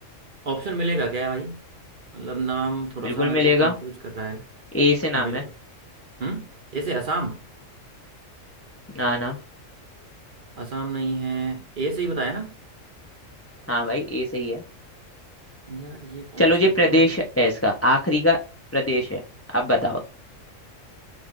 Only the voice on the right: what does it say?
ऑप्शन मिलेगा क्या भाई मतलब नाम थोड़ा
सा मेरे
को कंफ्यूज कर रहा है
बिल्कुल
हम्म ऐसे असम
असम नहीं है ए से ही बताया ना
यार ये कौन
सा है
फिर